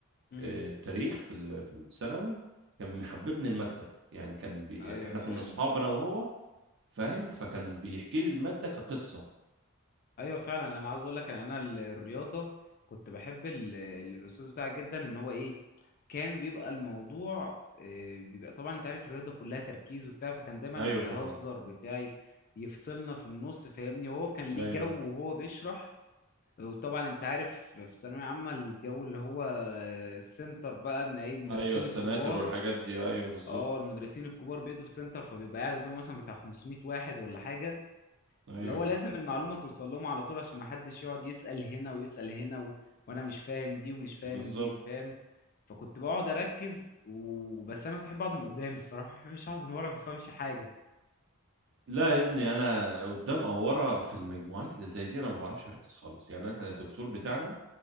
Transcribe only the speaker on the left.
امم
ايوه
فاهم
ايوه فعلا انا عاوز اقول لك ان انا ال- الرياضه كنت بحب ال- ال- الاستاذ بتاعك جدا ان هو ايه كان بيبقى الموضوع آه، بيبقى طبعا انت عارف الرياضه كلها تركيز وبتاع فكان دايما
يهزر
بتاعي يفصلنا في النص فاهمني وهو كان ليه
جو وهو بيشرح وطبعا انت عارف في ثانويه عامه الجو اللي هو السنتر بقى ان ايه المدرسين
الكبار
اه المدرسين الكبار بيدوا في سنتر فبيبقى قاعد قدامه مثلا بتاع 500 واحد ولا حاجه
اللي هو لازم المعلومة توصل لهم على طول عشان محدش يقعد يسأل هنا ويسأل هنا و... وانا مش فاهم دي ومش فاهم
دي فاهم فكنت بقعد اركز وبس انا كنت بحب اقعد من قدام الصراحة ما بحبش اقعد من ورا ما بفهمش حاجة